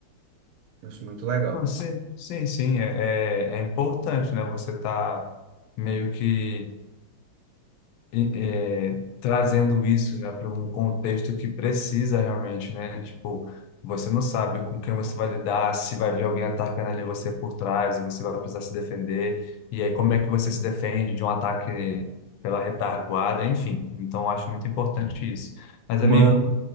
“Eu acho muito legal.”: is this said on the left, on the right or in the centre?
Right